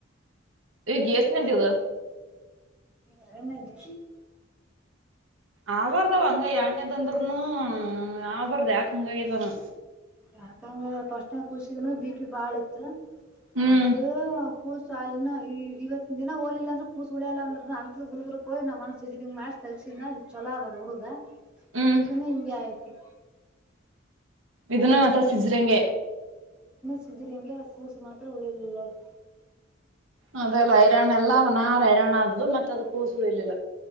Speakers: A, on the right; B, in the centre.
A: ಈಗ ಎಷ್ಟನೆದು
B: ಎರಡನೆದು
A: ಆವಾರದ ಅಂಗ ಎರಢ ತಂದರನು ಆಬಾರದ ಯಾಕಂಗ್ ಆಯ್ತು
B: ಯಾಕಂಗ ಪಫಸ್ಟ್ ಖುಷಿಗನು ಬಿ ಪಿ ಬಾಳ ಇತ್ತು
A: ಹ್ಮ್
B: ಅದು ಕೂಸ ಇನ್ನು ಈ ಇವತ್ತ ದಿನ ಹೋಲಿಲ್ಲ ಅಂದ್ರೆ ಕೂಸುಳ್ಯಲ್ಲ ಅಂದ್ರ ಅಂತ ಗುಗು ಹೋಿ ನಮ್ಮನಸ್ರಿಂಗ ಮ್ಯಾ್ ತಲ್ಸಿದ ಚೊಲೋ ಅದದ ಹುಡುಗ
A: ಹ್ಮ್
B: ಇದಕ್ಕನ್ನ ಹಿಂಗಗೆ ಐತಿ
A: ವಿಧನ ಅತ ಸಿಜ್ರಗೆ
B: ಸಿದ್ರಿಂಂಗಗೆ ಅವ ಕೂಸು ಮಾತ್ರ ಉಳಿಯಲಲ್ಲಡ್
A: ಅದೆಲ್ಲ ಹೈರಾಣ ಎಲ್ಲಾ ಒನಾರು ಹೈರಾಣ ಆದ್ಲು ಮತ್ತೆ ಅದ ಕೂಸಳು ಇಲ್ಲಿಲ್ಲ